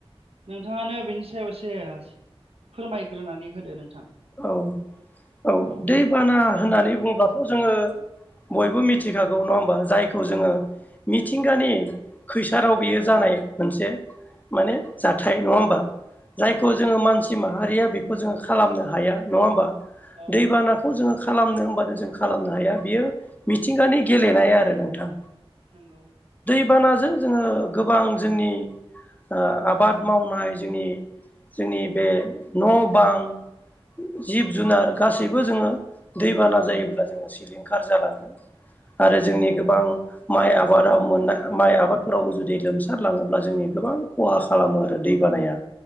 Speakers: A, on the right (about 80°); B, on the left (about 15°).
A: नों थाङानो बिनि सायाव एसे फोरमायग्रोनानै होदो नोंथां।
B: औ-औ
A: औ
B: दै बाना होननानै बुङब्लाथ' जोङो बयबो मिथिखागौ, नङा होमबा? जायखौ जोङो मिथिंगानि खैसाराव बियो जानाय मोनसे माने जाथाय नङा होमबा? जायखौ
A: नंगौ
B: जोङो मानसि माहारिया बेखौ जोङो खालामनो हाया, नङा होमबा?
A: औ
B: दैबानाखौ जोङो खालामनो होमबानो जों खालामनो हाया बियो मिथिंगानि गेलेनाय आरो नोंथां।
A: नंगौ।
B: दैबानाजों जोङो गोबां जोंनि ओ आबाद मावनाय जोंनि जोंनि बे न'-बां जिब-जुनार गासैबो जोङो, दैबाना जायोब्ला जोङो सिलिंखार जालाङो। आरो
A: औ
B: जोंनि गोबां माइ आबादाव मोननाय माइ आबादफोरावबो जुदि लोमसारलाङोब्ला जोंनि गोबां, खहा खालामो आरो दैबा नाया